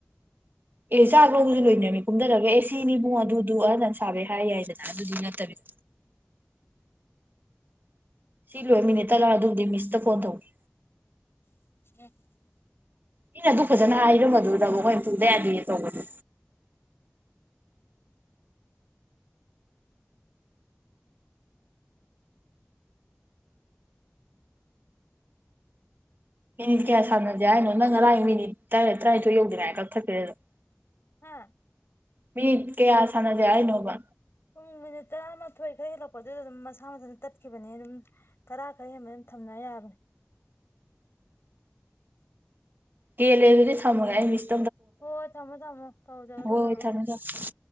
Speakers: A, on the right; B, on the left.
A: ꯑꯦ ꯆꯥꯛ ꯂꯧꯕꯁꯨ ꯂꯣꯏꯅꯔꯃꯤ ꯀꯨꯝꯊꯔꯒ ꯑꯦ ꯁꯤꯅꯤ ꯏꯕꯨꯡ ꯑꯗꯨꯗꯨ ꯑꯍꯟ ꯑꯝ ꯁꯥꯕꯩ ꯍꯥꯏ ꯌꯥꯏꯗꯅ ꯑꯗꯨꯗꯤ ꯅꯠꯇꯕꯤꯗ ꯁꯤ ꯂꯣꯏꯔ ꯃꯤꯅꯤꯠ ꯇꯠꯂ ꯑꯗꯨꯕꯨꯗꯤ ꯃꯤꯁꯇ ꯐꯣꯟ ꯇꯧꯒꯦ
B: <unintelligible>
A: ꯃꯤꯅ ꯑꯗꯨꯛ ꯐꯖꯅ ꯍꯥꯏꯔꯝꯕꯗꯨꯗꯕꯣ ꯃꯣꯏꯅ ꯄꯨꯗ ꯌꯥꯗꯦ ꯇꯧꯗꯅ ꯃꯤꯅꯤꯠ ꯀꯌꯥ ꯁꯥꯟꯅꯁꯦ ꯍꯥꯏꯅꯣ ꯅꯪ ꯉꯔꯥꯡ ꯃꯤꯅꯤꯠ ꯇꯔꯥ ꯇꯔꯥꯅꯤꯊꯣꯏ ꯌꯧꯗ꯭ꯔꯤꯉꯥꯏ ꯀꯛꯊꯠꯈ꯭ꯔꯦ ꯗꯨꯝ
B: ꯍꯥ
A: ꯃꯤꯠ ꯀꯌꯥ ꯁꯥꯟꯅꯖꯦ ꯍꯥꯏꯅꯣꯕ
B: ꯄꯨꯡ ꯃꯤꯅꯤꯠ ꯇꯔꯥꯃꯥꯊꯣꯏ ꯈꯔ ꯍꯦꯜꯂꯛꯄ ꯑꯗꯨꯗ ꯑꯗꯨꯝ ꯃꯁꯥ ꯃꯊꯟꯇ ꯇꯠꯈꯤꯕꯅꯤ ꯑꯗꯨꯝ ꯇꯔꯥ ꯈꯔ ꯍꯦꯟꯕꯗ ꯑꯗꯨꯝ ꯊꯝꯅ ꯌꯥꯕꯅꯦ
A: ꯇꯦꯜꯂꯦ ꯑꯗꯨꯗꯤ ꯊꯝꯃꯒꯦ ꯑꯩ ꯃꯤꯁ
B: ꯍꯣꯏ ꯍꯣꯏ ꯊꯝꯃꯣ ꯊꯝꯃꯣ ꯇꯧꯖꯔꯣ
A: ꯍꯣꯏ
B: ꯇꯧꯖꯔꯣ
A: <inaudible>